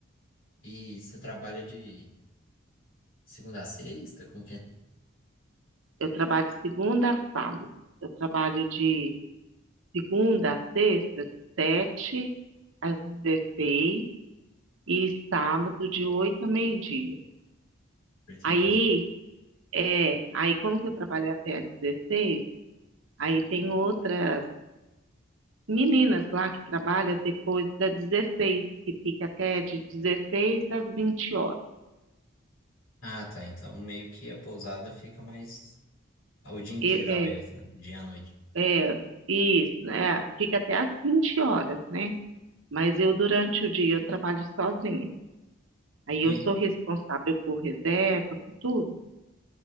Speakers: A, on the left; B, on the right.
A: E você trabalha de segunda a sexta? Como que é?
B: Eu trabalho de segunda a sábado. Eu trabalho de segunda a sexta, de sete às 16 e sábado de oito a meio-dia.
A: Oito
B: Aí,
A: e meio dia.
B: é, aí como que eu trabalho até às 16, aí tem outras meninas lá que trabalham depois das 16 que fica até de 16 às 20 horas.
A: Ah, tá. Então meio que a pousada fica mais o dia inteiro
B: E- é,
A: aberta, né? Dia à noite.
B: é, isso, né? Fica até às 20 horas, né? Mas eu, durante o dia, eu trabalho sozinha. Aí
A: E,
B: eu sou responsável por reserva, por tudo.